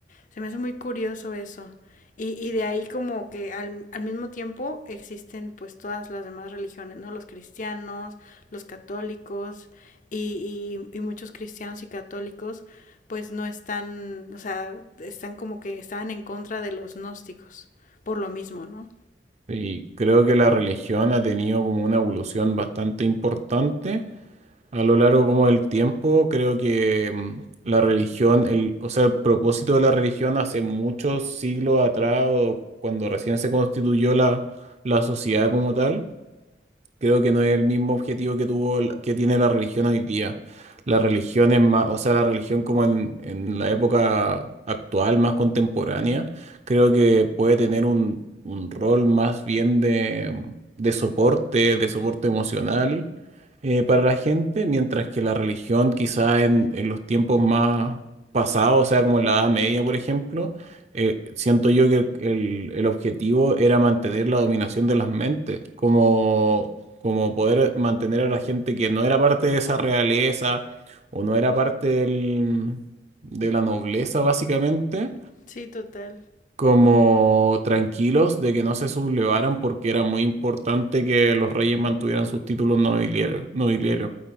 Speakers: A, on the left; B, on the right.
A: se me hace muy curioso eso. Y, y de ahí como que al, al mismo tiempo existen pues todas las demás religiones, ¿no? Los cristianos, los católicos y, y, y muchos cristianos y católicos pues no están, o sea, están como que estaban en contra de los gnósticos, por lo mismo, ¿no?
B: Y creo que la religión ha tenido como una evolución bastante importante a lo largo como del tiempo. Creo que mm, la religión, el, o sea, el propósito de la religión hace muchos siglos atrás o cuando recién se constituyó la, la sociedad como tal Creo que no es el mismo objetivo que tuvo, el- que tiene la religión hoy día. La religión es más, o sea, la religión como en, en la época actual, más contemporánea, creo que puede tener un, un rol más bien de, de soporte, de soporte emocional eh, para la gente, mientras que la religión quizá en, en los tiempos más pasados, o sea, como en la Edad Media, por ejemplo, eh, siento yo que el, el objetivo era mantener la dominación de las mentes, como, como poder mantener a la gente que no era parte de esa realeza o no era parte del- de la nobleza, básicamente,
A: Sí, total.
B: como tranquilos de que no se sublevaran porque era muy importante que los reyes mantuvieran sus títulos nobiliarios. nobiliarios.